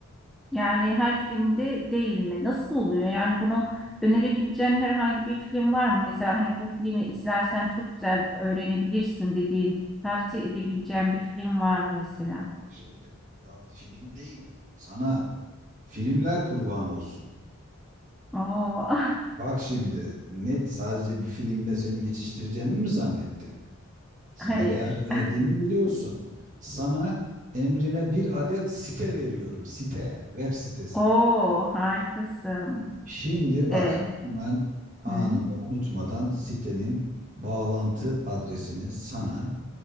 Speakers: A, in the centre; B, on the right.
A: yani her filmde değil mi? Nasıl oluyor? Yani bunu önerebileceğin herhangi bir film var mı? Mesela hani bu filmi izlersen çok güzel öğrenebilirsin dediğin, tavsiye edebileceğin bir film var mı mesela?
B: Bak şimdi daha film değil. Sana filmler kurban olsun.
A: Oo. <laughs>
B: Bak şimdi ne sadece bir filmle seni geçiştireceğimi mi zannettin? Sana
A: Hayır.
B: değer verdiğimi biliyorsun. Sana emrine bir adet site veriyorum. Site, web sitesi.
A: Oo harikasın.
B: Şimdi bak
A: E.
B: hemen anında
A: Hı.
B: unutmadan sitenin bağlantı adresini sana